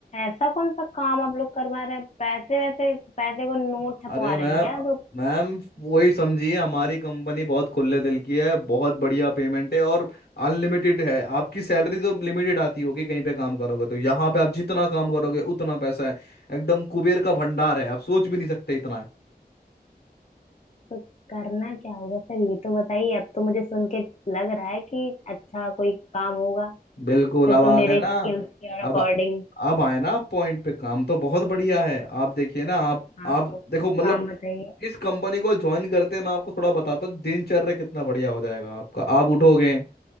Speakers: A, on the left (about 45°); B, on the left (about 75°).
A: ऐसा कौन सा काम आप लोग करवा रहे हैं पैसे वैसे पैसे को नोट
B: अरे
A: छपवा रहे
B: मैम
A: हैं क्या तो,
B: मैम वही समझिए हमारी कंपनी बहुत खुले दिल की है बहुत बढ़िया पेमेंट है और अनलिमिटेड है आपकी सैलरी तो लिमिटेड आती होगी कहीं पे काम करोगे तो यहाँ पे आप जितना काम करोगे उतना पैसा है एकदम कुबेर का भंडार है आप सोच भी नहीं सकते इतना है
A: तो करना क्या होगा सर ये तो बताइए अब तो मुझे सुन के लग रहा है कि अच्छा कोई काम होगा
B: बिल्कुल
A: फिर
B: अब
A: तो
B: आ
A: मेरे
B: गए ना
A: स्किल्स के अकॉर्डिंग
B: अब अब आए ना पॉइंट पे काम तो बहुत बढ़िया है आप देखिए ना आप
A: हाँ
B: आप
A: तो
B: देखो मतलब
A: काम बताइए
B: इस कंपनी को ज्वाइन करते हैं मैं आपको थोड़ा बताता हूँ दिनचर्या कितना बढ़िया हो जाएगा आपका आप उठोगे